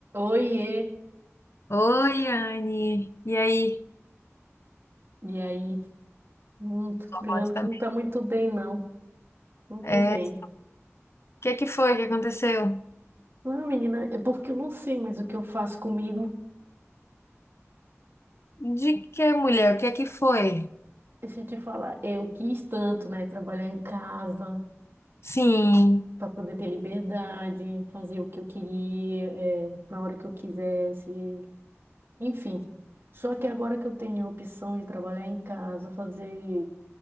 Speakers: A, on the right; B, on the left.
A: Oiê,
B: Oi, Anne. E aí?
A: e aí? Hum, tô te ligando
B: Pode também.
A: que não tá muito bem, não. Não tô
B: É,
A: bem.
B: o que é que foi que aconteceu?
A: Não, menina, é porque eu não sei mais o que eu faço comigo.
B: De que mulher? O que é que foi?
A: Deixa eu te falar, eu quis tanto, né, trabalhar em casa
B: Sim.
A: para poder ter liberdade, fazer o que eu queria, eh, na hora que eu quisesse, enfim. Só que agora que eu tenho a opção de trabalhar em casa, fazer